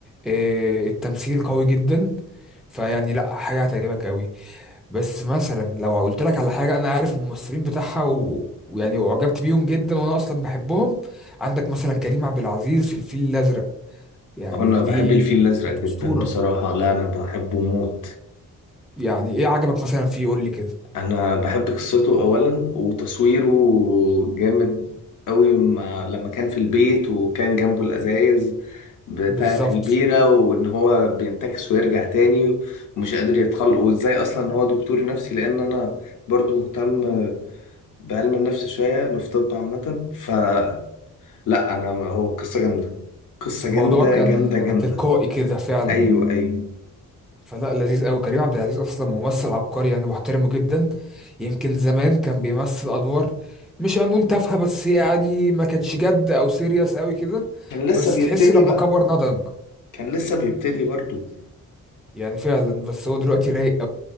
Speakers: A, in the centre; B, on the left.
A: آه، التمثيل قوي جدا فيعني لا حاجة هتعجبك قوي بس مثلا لو قلت لك على حاجة انا عارف الممثلين بتاعها و... ويعني اعجبت بيهم جدا وانا اصلا بحبهم عندك مثلا كريم عبد العزيز في الفيل الازرق يعني
B: أنا
A: دي
B: بحب الفيل الأزرق
A: كانت
B: جدا
A: أسطورة
B: بصراحة لا أنا بحبه موت
A: يعني ايه عجبك مثلا فيه قول لي كده
B: انا بحب قصته اولا وتصويره جامد قوي مع لما كان في البيت وكان جنبه الازايز بتاعة
A: بالظبط
B: البيرة وان هو بينتكس ويرجع تاني ومش قادر يتخلق وازاي اصلا هو دكتور نفسي لان انا برضو مهتم بعلم النفس شوية انا في طب عامة فلا انا هو قصة جامدة قصة
A: الموضوع
B: جامدة
A: كان
B: جامدة جامدة
A: تلقائي كده فعلا
B: ايوه ايوه
A: فلا لذيذ قوي كريم عبد العزيز اصلا ممثل عبقري انا بحترمه جدا يمكن زمان كان بيمثل ادوار مش هنقول تافهه بس يعني ما كانتش جد او سيريس قوي كده
B: كان لسه
A: بس
B: بيبتدي
A: تحس لما
B: بقى
A: كبر نضج
B: كان لسه بيبتدي برضو
A: يعني فعلا بس هو دلوقتي رايق